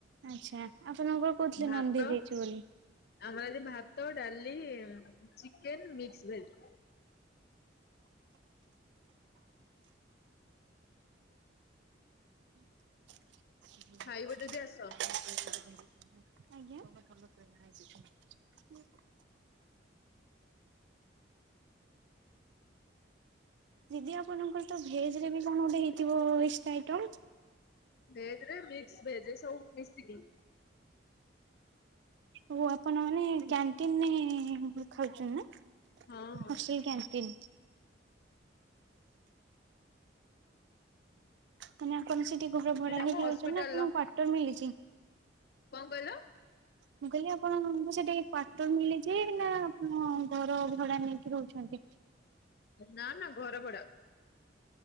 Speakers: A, on the right (about 65°); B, on the left (about 55°).
A: ଆଚ୍ଛା ଆପଣଙ୍କର କହୁଥିଲେ
B: ଭାତ
A: ନନଭେଜ୍ ହେଇଛି ବୋଲି।
B: ଆମର ଆଜି ଭାତ, ଡାଲି, ଚିକେନ, ମିକ୍ସ ଭେଜ।
A: <unintelligible>
B: ଖାଇବ ଯଦି ଆସ
A: ଆଜ୍ଞା। <inaudible> ଦିଦି ଆପଣଙ୍କର ତ ଭେଜ ରେ ବି କଣ ଗୋଟେ ହେଇଥିବ ଏକ ଏଷ୍ଟ୍ରା ଆଇଟମ
B: ଭେଜ ରେ ମିକ୍ସ ଭେଜ ସବୁ ମିଶିକି।
A: ହ ଆପଣ ମାନେ କ୍ୟାଣ୍ଟିନରେ ଖାଉଛନ୍ତି ନା।
B: ହଁ ହଁ।
A: Hostel canteen? ତୁମେଆପଣ ସେଠି ଘରଭଡା
B: ଏଇଟା
A: ନେଇକି
B: ଆମ ହସ୍ପିଟାଲ
A: ରହିଛନ୍ତି ନା ଆପଣଙ୍କୁ
B: ର
A: କ୍ୟର୍ଟର ମିଳିଛି।
B: କଣ କହିଲ?
A: ମୁଁ କହିଲି ଆପଣଙ୍କୁ ସେଠିକ କ୍ଵର୍ଟରମିଳିଛି ସି ବିନା ଆପଣ ଘର ଭଡା ନେଇକି ରହୁଛନ୍ତି।
B: ନା ନା ଘର ଭଡା।